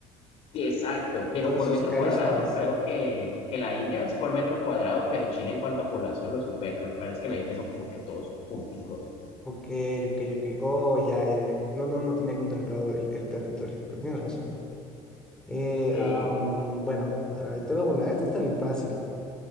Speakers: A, on the left; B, in the centre.
A: Sí, exacto, pero
B: entonces
A: por
B: sus
A: metro
B: calles
A: cuadrado
B: son más.
A: creo que, que la India es por metro cuadrado, pero China en cuanto a población lo supera. Lo que pasa es que en la India son como que todos junticos.
B: Ok, ok, ok. Oh, ya, ya, ya. No, no, no tenía contemplado el, el territorio, pero tienes razón. Eh,
A: Eh,
B: ah, mm, bueno, a ver, ahí te va una. Esta está bien fácil.